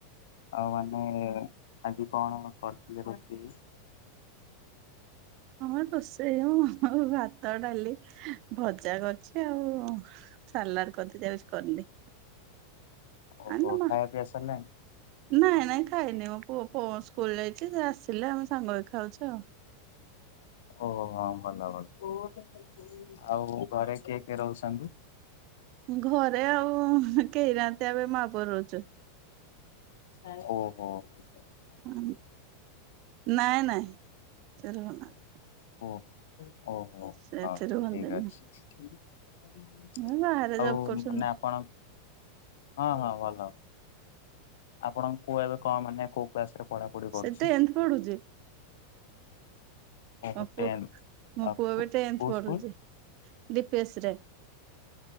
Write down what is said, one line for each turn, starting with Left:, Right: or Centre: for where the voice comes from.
Left: ଆଉ ମାନେ, ଆଜି କଣ କରିଥିଲେ ରୋଷେଇରେ?
Right: ହଁ, ରୋଷେଇ ହଉ ଭାତ, ଡାଲି ଭଜା କରିଚି ଆଉ, ସାଲାଡ କରିଦେ ଯାଉଛି କରିନି।
Left: ଓହୋ,
Right: ଆ ନା ମା
Left: ଖାଇବା ପିଆ ସରିଲାଣି?
Right: ନାଇଁ ନାଇଁ ଖାଇନି, ମୋ ପୁଅ ସ୍କୁଲ ଯାଇଚି, ସେ ଆସିଲେ ଆମେ ସାଙ୍ଗ ଖାଉଚୁ ଆଉ।
Left: ଓ ହୋ, ଭଲ ଭଲ। ଆଉ ଘରେ କିଏ କିଏ ରହୁଚନ୍ତି?
Right: ଘରେ ଆଉ କେହି ନାହାନ୍ତି, ଏବେ ମାପୁଅ ରହୁଚୁ।
Left: ଓହୋ, ହୋ, ହୋ।
Right: ହ, ନାଇଁ ନାଇଁ, ସେ ରହୁନାହାନ୍ତି।
Left: ଓହୋ, ଓହୋ,
Right: ସେଠି
Left: ହଁ ଠିକ
Right: ରୁହନ୍ତିନି
Left: ଅଛି। ଆଉ,
Right: ଏ ବାହାରେ ଜବ୍ କରୁଛନ୍ତି।
Left: ମାନେ ଆପଣ? ହଁ ହଁ ଭଲ, ଆପଣଙ୍କ ପୁଅ ଏବେ କଣ, ମାନେ କୋଉ କ୍ଲାସ ରେ ପଢାପଢି
Right: ସେ
Left: କରୁଛି?
Right: ଟେନ୍ଥ ପଢୁଛି
Left: ଓହୋ
Right: ମୋ ପୁଅ
Left: ଟେନ୍
Right: ମୋ
Left: କୋଉ
Right: ପୁଅ ଏବେ ଟେନ୍ଥ ପଢୁଛି,
Left: ସ୍କୁଲ
Right: ଦୀପେଶ ରେ।